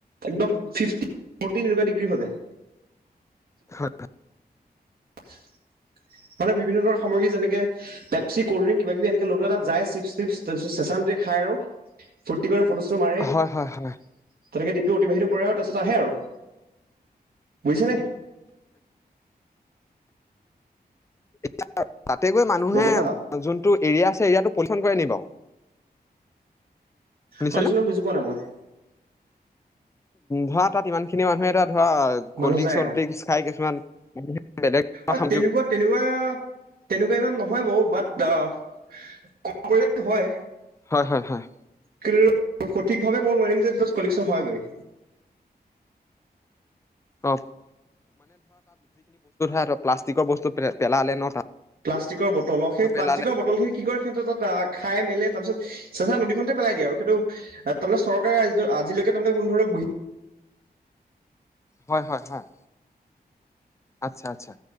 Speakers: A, on the right (about 65°); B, on the left (about 15°).
A: একদম ফিফট ফটিন এনেকুৱা ডিগ্ৰী হৈ যায়
B: হয়।
A: <inaudible> মানে বিভিন্ন ধৰণৰ সামগ্ৰী যেনেকে পেপচি, কলড্ৰিংক, কিবা কিবি এনেকে ল'বলৈ তাত যায় চিপচ তিপচ, তাৰপিছত চেচান খাই আৰু ফূৰ্তি কি কৰে ফটোচটো মাৰে।
B: হয়
A: তনেকে
B: হয় হয়।
A: দিনটো অতিবাহিত কৰে আৰু তাৰপিছত আহে আৰু। বুজিছা নে?
B: <inaudible> তাতে গৈ মানুহে,
A: ৰ'ব হা
B: যোনটো এৰিয়া আছে এৰিয়াতো <unintelligible> কৰেই নি বাৰু? শুনিছানে?
A: কালিচনত বুজি পোৱা নাই মই।
B: ধৰা তাত ইমান খিনি মানুহে এ তাত ধৰা
A: মানুহ
B: কল্ড ড্ৰিংল্ডিং
A: যায় অ
B: খাই কিছুমান বেলেগ
A: অ'
B: সামগ্ৰী
A: তেনেকুৱা তেনেকুৱা তেনেকুৱা ইমান নহয় নহয় ব বাট অ' ক কৰিলে হয়।
B: হয় হয় হয়।
A: কিন্ত সঠিকভাৱে ক'ব নোৱাৰিম যোষ্ট <unintelligible> হয় বুলি।
B: অ আৰু প্লাষ্টিকৰ বস্তু পেলালে ন
A: প্লাষ্টিকৰ বটল অ', সেই প্লাষ্টিকৰ
B: পেলালে
A: বটল খিনি কি কৰে সিহঁতে তাত খাই মেলে তাৰপিছত, চেচা নদীখনতে পেলাই দিয়ে আৰু সেইটো তাৰমানে চৰকাৰে আজিলৈকে তাৰমানে কোন ধৰণৰ বহি
B: হয় হয় হয়। আচ্ছা আচ্ছা।